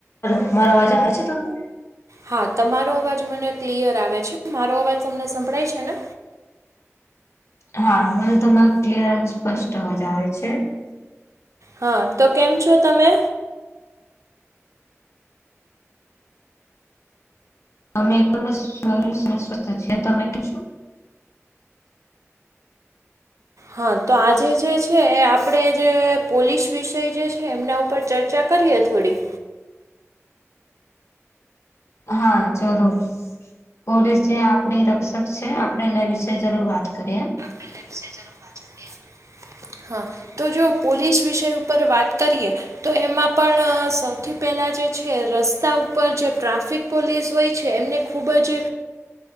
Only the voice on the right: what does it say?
હા તમારો અવાજ મને ક્લિયર આવે છે મારો અવાજ તમને સંભળાય છે ને
હા તો કેમ છો તમે.
હા તો આજે જે છે એ આપ આપણે જે પોલીસ વિષય જે છે એમના ઉપર ચર્ચા કરીએ થોડી
ટિલેબ સે જરૂર બાત કરએ. હા તો જો પોલીસ વિષય ઉપર વાત કરીએ. તો એમાં પણ સૌથી પહેલાં જે છે રસ્તા ઉપર જે ટ્રાફિક પોલીસ હોય છે એમને ખૂબ જ